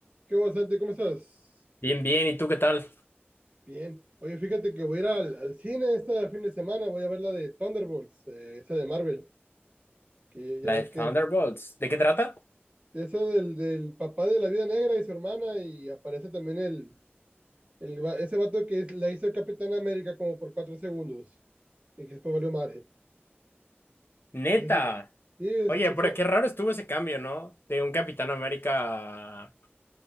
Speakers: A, on the right; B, on the left.
A: ¿Qué onda, Santi? ¿Cómo estás?
B: Bien, bien, ¿y tú qué tal?
A: Bien. Oye, fíjate que voy a ir al, al cine este fin de semana, voy a ver la de Thunderbolts, eh, esa de Marvel, que ya
B: La
A: ves
B: de
A: que
B: Thunderbolts.
A: es
B: ¿De qué trata?
A: esa del, del papá de la Viuda Negra y su hermana, y aparece también el, el va- ese vato que es- la hizo Capitán América como por cuatro segundos, y que después valió madre.
B: Neta.
A: Es decir, sí, es
B: Oye,
A: que
B: pero
A: son-
B: qué raro estuvo ese cambio, ¿no? De un Capitán América, a-